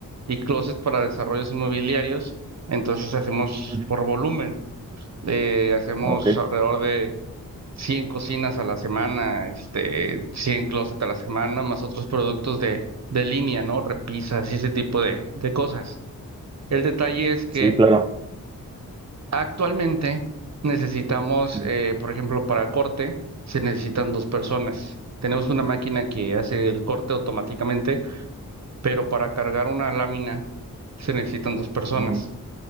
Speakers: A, on the right (about 50°); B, on the right (about 15°).
A: y closets para desarrollos inmobiliarios, entonces hacemos
B: Ujú.
A: por volumen, eh, hacemos
B: Ok.
A: alrededor de... 100 cocinas a la semana, este, 100 closets a la semana, más otros productos de, de línea, ¿no? Repisas y ese tipo de, de cosas. El detalle es que
B: Sí, claro.
A: actualmente necesitamos,
B: Ujú.
A: eh, por ejemplo, para corte, se necesitan dos personas. Tenemos una máquina que hace el corte automáticamente, pero para cargar una lámina se necesitan dos personas.
B: Ujú.